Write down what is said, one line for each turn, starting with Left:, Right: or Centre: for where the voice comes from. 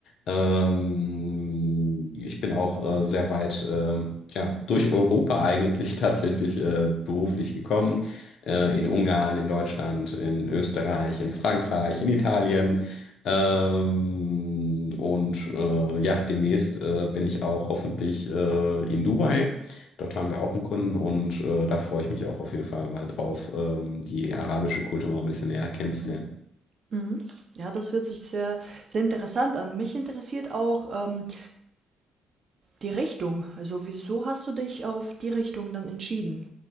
Left: Ähm, ich bin auch äh, sehr weit äh, ja, durch Europa eigentlich <laughs> tatsächlich äh, beruflich gekommen. Äh, in Ungarn, in Deutschland, in Österreich, in Frankreich, in Italien. Ähm, und äh, ja, demnächst äh, bin ich auch hoffentlich äh, in Dubai. Dort haben wir auch einen Kunden und äh, da freue ich mich auch auf jeden Fall mal drauf, ähm, die arabische Kultur mal ein bisschen näher kennenzulernen.
Right: mhm. Ja, das hört sich sehr, sehr interessant an. Mich interessiert auch, ähm, die Richtung. Also, wieso hast du dich auf die Richtung dann entschieden,